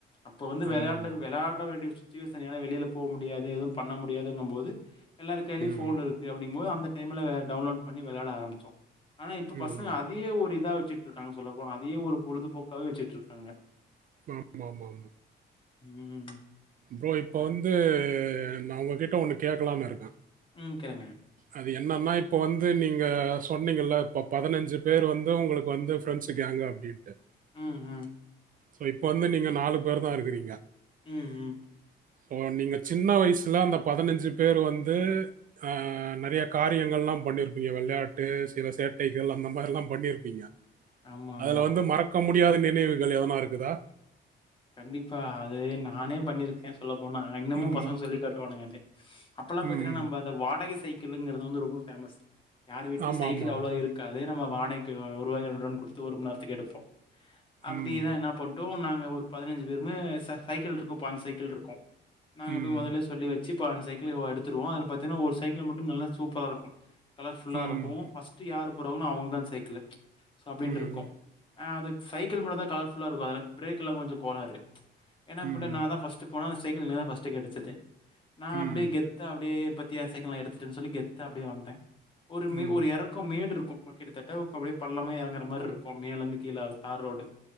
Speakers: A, on the left; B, on the right.
A: அப்போ வந்து வெளண்ட
B: ஆமாமா.
A: விளையாட வேண்டிய ச்சு சுச்சுவேஷன் ஏனா வெளில போ முடியாது எதுவும் பண்ண முடியாதுங்கும்போது எல்லார் கைலயு
B: ம்.
A: ஃபோன் இருக்கு அப்டீங்கும்போது அந்த கேம்ல டவுன்லோட் பண்ணி வெளாட ஆரம்பிச்சோ ஆனா இப்ப பசங்க
B: ம்.
A: அதே ஒரு இதா வெச்சிட்டு இருக்காங்க சொல்லப்போனா அதயே ஒரு பொழுதுபோக்காவே வெச்சிட்டு இருக்காங்க
B: ஆமாமாமா
A: ம்
B: ப்ரோ இப்ப
A: ம்
B: வந்து நா உங்ககிட்ட ஒன்னு கேட்கலா னு இருக்க
A: உம் கேளுங்க
B: அது என்னன்னா இப்போ வந்து நீங்க சொன்னிங்கல்ல இப்போ பதினஞ்சு பேர் வந்து உங்களுக்கு வந்து ஃப்ரெண்ட்ஸ் கேங்கு அப்டின்ட்டு
A: உம் உம்
B: சோ இப்ப வந்து நீங்க நாலு பேர்தா இருக்கிறீங்க
A: உம் உம்
B: சோ நீங்க சின்ன வயசுல அந்த பதினஞ்சு பேர் வந்து அஹ் நெறய காரியங்கள்லாம் பண்ணிருப்பீங்க வெளயாட்டு சில சேட்டைகள் அந்த மாதிரில்லாம் பண்ணிருப்பீங்க
A: ஆமா
B: அதுல
A: ஆமா
B: வந்து மறக்க முட் முடியாத நினைவுகள் எதனா இருக் க்குதா
A: கண்டிப்பா அது நானே பண்ணிருக்கே சொல்ல போனா இன்னமு
B: ம்.
A: பசுங்க சொல்லி காட்டுவானுங்க அதே அப்பல்லா பாத்தீனா
B: ம்.
A: நம்ப அந்த வாடகே சைக் கிள்ளுங்கிறது வந்து ரொம்ப ஃபேமஸ் யார் வீட்லியு
B: ஆமாமாமா.
A: சைக்கிள் அவ்ள்வா இருக்காது நம்ம வாடை ஒருவாயோ ரெண்டு ருவா குட்த்து ஒரு மண் நேரத்துக்கு எடுப்போ அப்படிதா
B: ம்.
A: என்ன பண்ட்டு நாங்க ஒரு பதனஞ்சு பேருமே ச சைக்கிள் இருக்கு பாஞ்சு சைக்கிள் இருக்கு நாங்க
B: ம்.
A: போய் மொதலே சொல்லி வெச் சி பாஞ்சு சைக்கிளயு எடுத்துருவோ அதுல பாத்தினா ஒரு சைக்கிள் மட்டு நல்லா சூப்பரா இருக்கும் கலர் ஃபுல்லா
B: ம்.
A: இருக்கு ஃபஸ்ட்டு யாரு போறாங்ளோ அவங்களுக்தா அந்த சைக்கிளு சோ அப்டின்ட்ருக்கு
B: ம்.
A: ஆ அது சைக்கிள் மட்டுந்தா கலர் ஃபுல்லா இருக்கு அதுல பிரேக் எல்லா கொஞ்சோ கோளாறு ஏனா
B: ம்.
A: அப்டி நாந்தா ஃபஸ்ட்டு போனா அந்த சைக்கிள் எனக்குதா ஃபஸ்ட்டு கெடச்சது நா
B: ம்.
A: அப்டியே கெத்தா அப்டியே பாத் தியா சைக்கிள் நா எடுத்துட்டன் சொல்லி கெத்தா அப்டியே வன்ட்ட ஒரு மே
B: ம்.
A: ஒரு எறக்கோ மேடு இருக்கு உ கிட்டத்தட்ட அப்டியே பள்ளமா எறங்குற மாரி இருக்கு மேல இருந்து கீழால தார் ரோடு